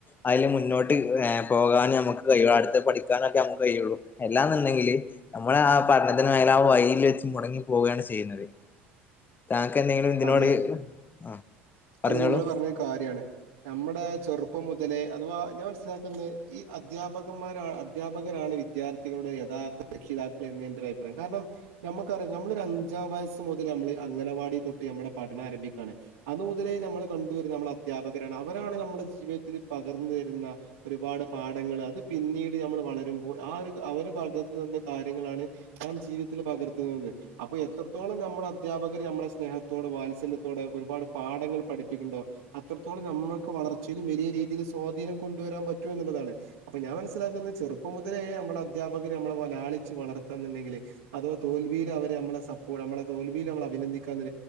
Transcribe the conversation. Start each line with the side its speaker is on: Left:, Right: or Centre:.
Left: അതില് മുന്നോട്ട്.. പോകാനൻ നമുക്ക് കഴിയുള്ളൂ അടുത്ത പഠിക്കാനൊക്കെ നമുക്ക് കഴിയുള്ളൂ എല്ലാെന്നുണ്ടെങ്കില് നമ്മളെആ പഠന.. ആ വഴിയിൽവെച്ച് മുടങ്ങി പോവുകയാണ് ചെയ്യുന്നത്. താക്ക് എന്തെങ്കിലും ഇന്തിനോട്
Right: അത്
Left: ആ പറഞ്ഞോളൂ
Right: അത് നിങ്ങള്ൾ പറഞ്ഞത് കാര്യാണ്. നമ്മുടെ ചെറുപ്പം മുതലേ അഥവാ ഞാൻ മനസ്സിലാക്കുന്നത് ഈ അദ്ധ്യാപകന്മാര അധ്യാപകരാണ്. വിദ്യാർത്ഥികളുടെ യഥാർഥ രക്ഷിതാക്ക ൾഎന്ന് എന്റെ അഭി്രായം കാരണം നമുക്കറിയാം നമ്മള ഒരു അഞ്ചാം വയസ്സ് മു.. നമ്മൾ അംഗനവാടി തൊട്ട് നമ്മുടെ പഠനം ആരംഭിക്കയാണ് അ. <unintelligible> നമ്മൾ കണ്ടുവരുന്ന നമ്മുടെ അധ്യാപകരാണ് അവരാണ് നമ്മുടെ ജീവിതത്തിൽ പകർന്നു വരുന്ന ഒരുപാട് പാഠ- ങ്ങൾ അത് പിന്നീട് നമ്മൾ വളരുമ്പോൾ ആ ഒരു അവര് പകർന്നു തന്ന കാര്യങ്ങളാണ് ന ജീവിതത്തിൽ അപ്പൊ എത്രത്തോളം നമ്മുടെ അധ്യാപകര് നമ്മുടെ സ്നേഹത്തോട് വാത്സല്യത്തോട് ഒരുപാട് പാഠങ്ങൾ പഠിപ്പിക്കുന്നുണ്ടോ അത്രത്തോളം നമ്മൾക്ക് വളർച്ചയിലും വലിയ രീതിയിൽ സ്വാധീനം കൊണ്ടുവരാൻ പറ്റും എന്നുള്ളത് അതാണ് അപ്പൊ ഞാൻ മനസ്സിലാക്കുന്നത് ചെറുപ്പം മുതലേ നമ്മളെ അധ്യാപകര് നമ്മളെ ലാളിച്ച് വളർത്താന്നുണ്ടെങ്കില് അഥവാ തോൽവിയിൽ അവരെ നമ്മളെ സപ്പോർട്ട് നമ്മെ തോൽവിയിൽ നമ്മളെ അഭിനന്ദിക്കുന്നത്